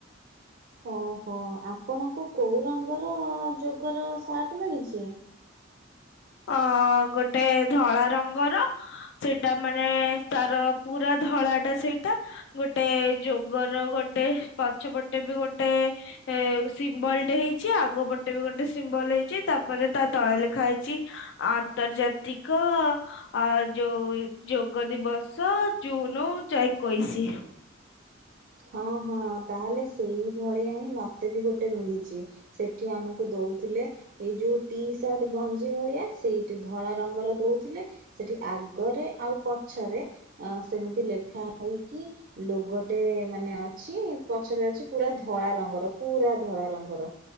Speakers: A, on the right; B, on the left.
A: ଓହୋ ଆପଣଙ୍କୁ କୋଉ ରଙ୍ଗର ଯୋଗର ସାର୍ଟ ମିଳିଛି।
B: ଅ ଗୋଟେ ଧଳା ରଙ୍ଗର ସେଇଟା ମାନେ ତାର ପୁରା ଧଳା ଟା ସେଇଟା ଗୋଟେ ଯୋଗର ଗୋଟେ ପଛ ପଟେ ବି ଗୋଟେ ସିମ୍ବଲଟେ ହେଇଛି ଆଗ ପଟେ ବି ଗୋଟେ ସିମ୍ବଲ ହେଇଛି ତାପରେ ତା ତଳେ ଲେଖ ଖା ହେଇଛି ଆନ୍ତର୍ଜାତିକ ଆ ଯୋଉ ଯୋଗ ଦିବସ ଜୁନ ଏକୋଇଶି।
A: ହଁ ହଁ ତାହେଲେ ସେଇ ଭଳିଆ ହିଁ ମତେ ବି ଗୋଟେ ମିଳିଛି ସେଠି ଆମକୁ ଦଉଥିଲେ ଏଇ ଯୋଉ ଟି ସାର୍ଟ ଗଞ୍ଜି ଭଳିଆ ସେଇଠି ଧଳା ରଙ୍ଗର ଦଉଥିଲେ ସେଠି ଆଗରେ ଆଉ ପଛରେ ସେମିତି ଲେଖା ହେଇକି ଲୋଗୋ ଟେ। ମାନେ ଅଛି ପଛରେ ଅଛି ପୁରା ଧଳା ରଙ୍ଗର ପୁରା ଧଳା ରଙ୍ଗର